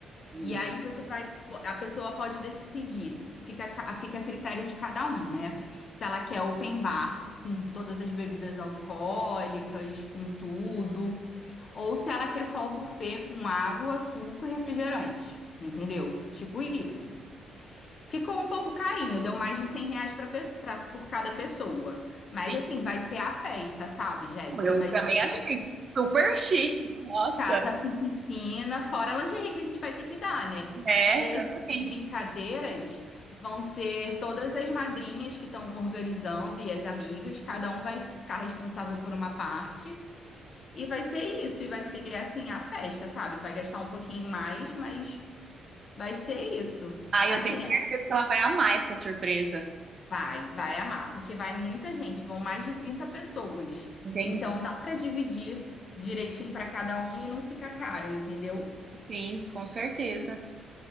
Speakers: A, on the right; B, on the left.
A: Uhum.
B: E aí você vai, a pessoa pode decidir. Fica, a ca- fica a critério de cada um, né? Se ela quer open bar, com todas as bebidas alcoólicas, com tudo. Ou se ela quer só o buffet com água, suco e refrigerante. Entendeu? Tipo isso. Ficou um pouco carinho, deu mais de 100 reais pra, pe- pra- por cada pessoa. Mas
A: Sim,
B: assim, vai ser a festa, sabe, Jéssica?
A: eu
B: Vai
A: também
B: ser
A: achei super chique. Nossa,
B: casa com piscina, fora a lingerie que a gente vai ter que dar, né?
A: é,
B: E essas
A: também.
B: brincadeiras vão ser todas as madrinhas que estão organizando e as amigas, cada um vai ficar responsável por uma parte. E vai ser isso, e vai ser assim a festa, sabe? Vai gastar um pouquinho mais, mas vai ser isso.
A: Ai,
B: Assim,
A: eu tenho certeza
B: é-
A: que ela vai amar essa surpresa.
B: vai, vai amar, porque vai muita gente, vão mais de 30 pessoas.
A: Entendi.
B: Então dá pra dividir direitinho pra cada um e não fica caro, entendeu?
A: Sim, com certeza.